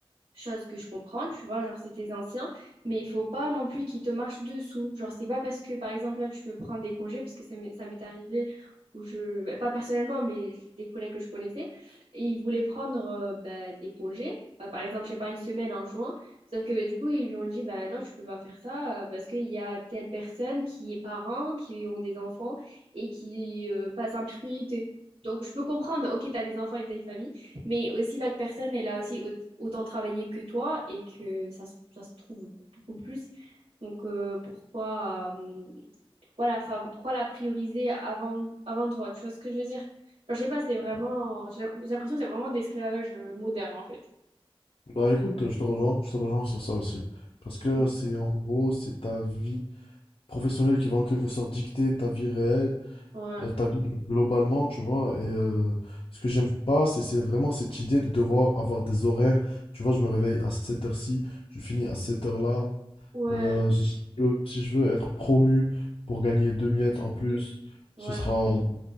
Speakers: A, on the right; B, on the left.
A: chose que je comprends, tu vois, genre c'est tes anciens, mais il faut pas non plus qu'ils te marchent dessous. Genre c'est pas parce que par exemple là tu veux prendre des congés, parce que ça m'est ça m'est arrivé où je, bah, pas personnellement, mais des collègues que je connaissais, et ils voulaient prendre euh, bah, des congés. euh, par exemple, je sais pas, une semaine en juin, sauf que bah, du coup, ils lui ont dit, bah non, tu peux pas faire ça, euh, parce qu'il y a telle personne qui est parent, qui ont des enfants, et qui euh, passe en priorité. Donc, je peux comprendre, ok, t'as des enfants et t'as une famille, mais aussi, l'autre personne, elle a aussi au- autant travaillé que toi et que ça, se- ça se trouve beaucoup plus. Donc, euh, pourquoi, euh, voilà, fav- pourquoi la prioriser avant, avant toi? Tu vois ce que je veux dire? Genre, je sais pas, c'est vraiment, j'ai j'ai l'impression que c'est vraiment de l'esclavage euh, moderne, en fait.
B: Bah écoute, je te rejoins, je te rejoins sur ça aussi. Parce que
A: Mm.
B: c'est en gros, c'est ta vie professionnelle qui va en quelque sorte dicter ta vie réelle
A: Ouais,
B: euh, ta vie globalement, tu vois. Et euh, ce que j'aime pas, c'est c'est vraiment cette idée de devoir avoir des horaires. Tu vois, je me réveille à cette heure-ci, je finis à cette heure-là.
A: ouais.
B: Euh, si je veux, si je veux être promu pour gagner deux miettes
A: Mm.
B: en plus,
A: Voilà,
B: ce sera,
A: c'est,
B: euh,